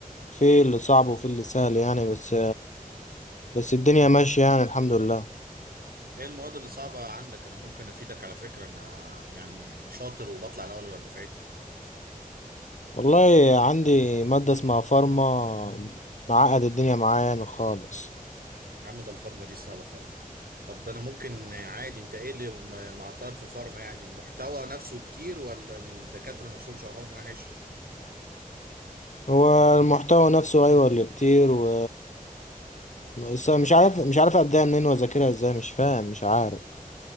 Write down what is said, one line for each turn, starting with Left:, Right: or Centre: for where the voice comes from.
Left: في اللي صعب وفي اللي سهل يعني بس بس الدنيا ماشية يعني الحمد لله
Right: ايه المواد اللي صعبة عندك انا ممكن افيدك على فكرة انا يعني شاطر وبطلع الاول على دفعتي
Left: والله عندي مادة اسمها فارما معقد الدنيا معايا يعني خالص
Right: يا عم ده الفارما دي سهلة خالص طب ده انا ممكن عادي انت ايه اللي م- معطلك في الفارما يعني المحتوى نفسه كتير ولا الدكاترة نفسهم شرحهم وحش
Left: هو المحتوى نفسه ايوه اللي كتير و بس مش عارف مش عارف ابدأ منين واذاكرها ازاي مش فاهم مش عارف